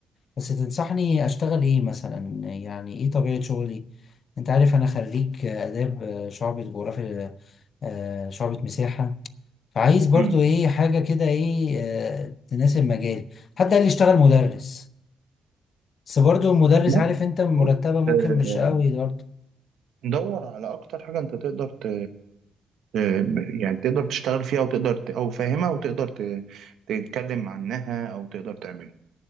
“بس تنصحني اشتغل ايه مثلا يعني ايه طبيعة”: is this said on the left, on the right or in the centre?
Left